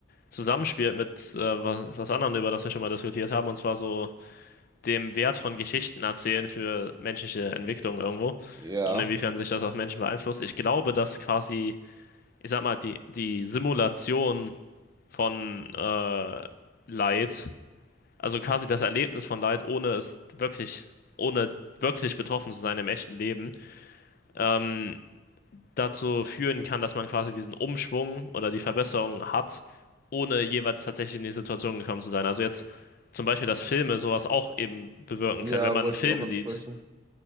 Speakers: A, on the left; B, on the right.
A: zusammenspielt mit äh, was, was anderen, über das wir schon mal diskutiert haben, und zwar so dem Wert von Geschichten erzählen für menschliche Entwicklung irgendwo
B: Ja,
A: und inwiefern sich das auf Menschen beeinflusst. Ich glaube, dass quasi, ich sag mal, die, die Simulation von äh, Leid, also quasi das Erlebnis von Leid, ohne es wirklich, ohne wirklich betroffen zu sein im echten Leben, ähm, dazu führen kann, dass man quasi diesen Umschwung oder die Verbesserung hat, ohne jeweils tatsächlich in die Situation gekommen zu sein. Also jetzt zum Beispiel, dass Filme sowas auch eben bewirken
B: ja,
A: können. Wenn man
B: wollte
A: einen Film
B: ich auch ansprechen.
A: sieht,